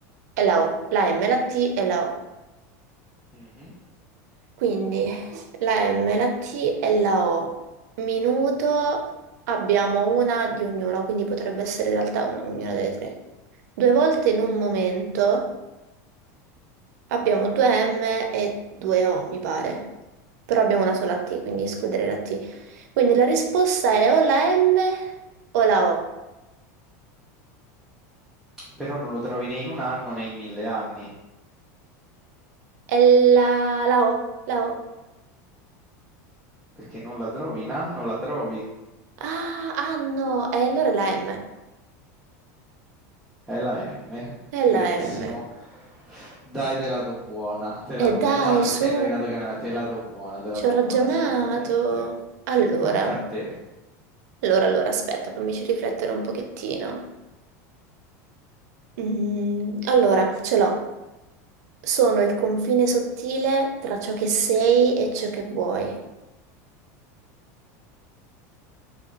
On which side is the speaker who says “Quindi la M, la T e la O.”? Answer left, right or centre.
Right